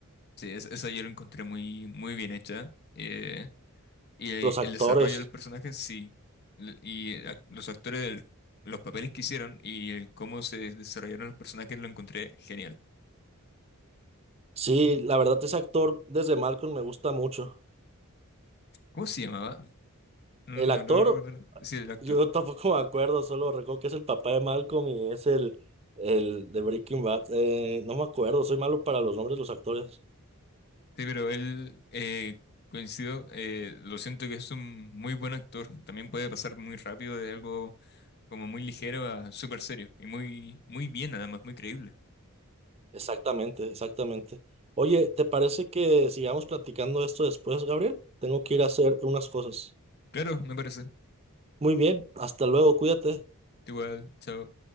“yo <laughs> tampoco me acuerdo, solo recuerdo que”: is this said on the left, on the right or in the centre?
Right